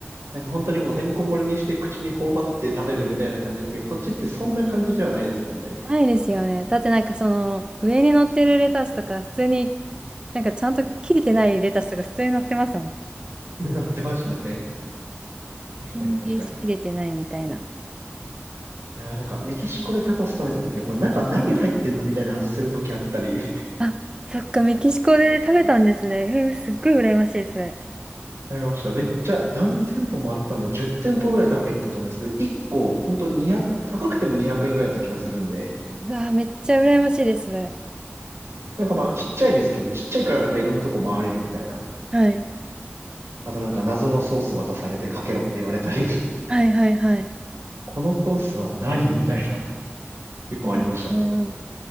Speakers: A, on the right (about 85°); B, on the right (about 20°).
A: なんか本当にもうてんこ盛りにして口に頬張って食べるみたいな感じですけど、こっちってそんな感じではないですもんね。
B: ないですよね。だってなんかその、上に乗ってるレタスとか普通に、なんかちゃんと切れてないレタスとか普通に乗ってますもん。
A: <laughs> なってましたね。確かに確かに。
B: 千切りしきれてないみたいな。
A: いやーなんかメキシコでタコス食べた時は、これ中何入ってんのみたいな味する時あったり、<laughs>
B: あ、そっか、メキシコで食べたんですね。えー、すっごい羨ましい、それ。
A: ありました。めっちゃ何店舗もあったんだ。10店舗ぐらい多分行ったと思うんですけど、1個本当200、高くても200円ぐらいだった気がするんで、
B: うわー、めっちゃ羨ましいです、それ。
A: なんかまあちっちゃいですけど、ちっちゃいからなんかいろんなとこ回れるみたいな。
B: はい。
A: あとなんか謎のソース渡されてかけろって言われたり、
B: はいはいはい。
A: <laughs> このソースは何みたいな。結構ありましたね。
B: あー